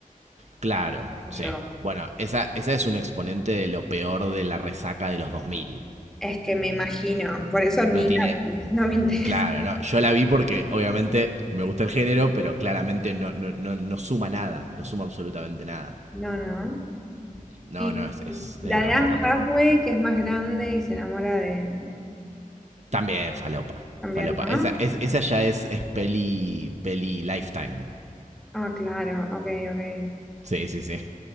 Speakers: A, on the right (about 50°); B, in the centre.
A: Claro,
B: Y
A: sí.
B: yo,
A: Bueno, esa, esa es un exponente de lo peor de la resaca de los dos mil
B: es que me imagino, por eso ni
A: No tiene
B: la vi, <laughs> no me interesa.
A: Claro, no, yo la vi porque obviamente me gusta el género, pero claramente no, no, no, no suma nada, no suma absolutamente nada.
B: No, no.
A: No,
B: Y
A: no, es, es,
B: la
A: es
B: de
A: resaca
B: Anne
A: pura.
B: Hathaway, que es más grande y se enamora de...
A: También falopa,
B: También,
A: falopa.
B: ¿no?
A: Esa, es, esa ya es, es peli, peli lifetime.
B: Ah, claro, ok, ok.
A: Sí, sí, sí.